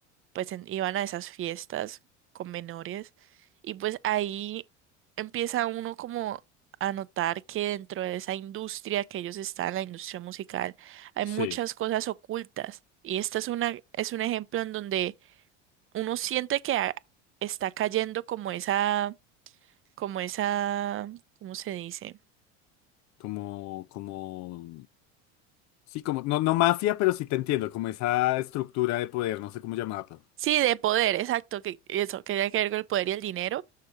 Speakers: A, on the right; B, on the left.
A: pues en- iban a esas fiestas con menores y pues ahí empieza uno como a notar que dentro de esa industria que ellos están, la industria musical, hay
B: Sí.
A: muchas cosas ocultas y esta es una es un ejemplo en donde uno siente que a- está cayendo como esa, como esa, ¿cómo se dice?
B: Como, como. Sí, como. No, no mafia, pero sí te entiendo. Como esa estructura de poder, no sé cómo llamarlo.
A: Sí, de poder, exacto, que eso, que tiene que ver con el poder y el dinero,